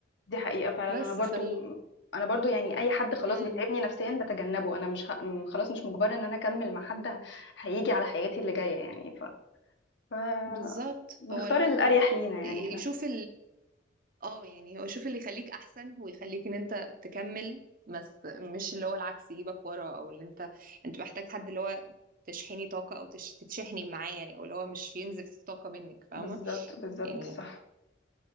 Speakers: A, on the left; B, on the right.
A: دي حقيقة فعلا
B: بس
A: انا برضو
B: فال
A: انا برضو يعني اي حد خلاص
B: مم،
A: بيتعبني نفسيا بتجنبه انا مش ه... م- خلاص مش مجبرة ان انا اكمل مع حد هيجي على حياتي اللي جاية يعني ف... ف...
B: بالظبط
A: بنختار
B: هو الواحد
A: الاريح لينا يعني
B: يشوف
A: احنا
B: اه يعني هو شوف اللي يخليك احسن ويخليك ان انت تكمل بس مش اللي هو العكس يجيبك ورا او اللي انت انت محتاج حد اللي هو تشحني طاقة او تش... تتشحني معاه يعني او اللي هو مش ينزف طاقة منك فاهمة
A: بالظبط بالظبط
B: يعني
A: صح